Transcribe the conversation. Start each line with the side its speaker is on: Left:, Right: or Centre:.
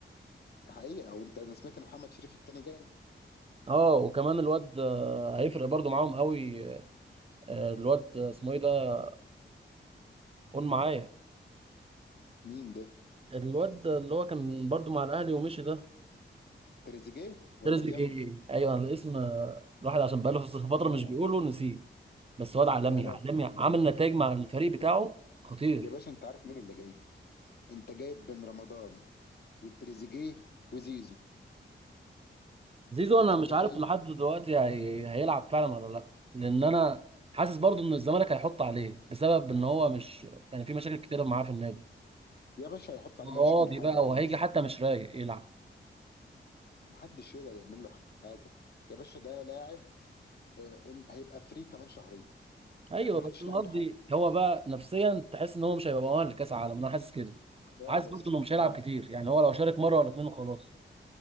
Left: حقيقه وانت انا سمعت ان محمد شريف التاني جاي
Right: اه وكمان الواد آه، هيفرق برضو معاهم قوي آه، الواد آه، اسمه ايه ده قول معايا
Left: مين ده
Right: الواد اللي هو كان برضو مع الاهلي ومشي ده
Left: تريزيجيه ولا
Right: تريزيجيه
Left: ديانج
Right: ايوه الاسم آه، الواحد عشان بقاله في فترة
Left: لا
Right: مش بيقوله نسيه بس واد عالمي
Left: لا لا
Right: عالمي عامل نتائج مع الفريق بتاعه خطير
Left: يا باشا انت عارف مين اللي جاي انت جايب بن رمضان وتريزيجيه وزيزو
Right: زيزو انا
Left: انت متخيل
Right: مش عارف لحد دلوقتي هي... هيلعب فعلا ولا لا لان انا حاسس برضو ان الزمالك هيحط عليه بسبب ان هو مش كان يعني في مشاكل كتيرة معاه في النادي
Left: يا باشا هيحط عليه
Right: مقاضي
Left: ملوش عنده حاجه
Right: بقى
Left: يا ريس
Right: وهيجي حتى مش رايق يلعب
Left: محدش يقدر يعمل له حاجه يا باشا ده لاعب آه، إن- هيبقى فري كمان شهرين
Right: ايوه
Left: يعني ما
Right: بس
Left: حدش
Right: انا
Left: لا عنده
Right: قصدي
Left: حاجه
Right: هو بقى نفسيا تحس ان هو مش هيبقى مؤهل لكاس العالم انا حاسس كده
Left: خالص
Right: وحاسس برضه انه مش
Left: خالص
Right: هيلعب كتير يعني هو لو شارك مره ولا اتنين وخلاص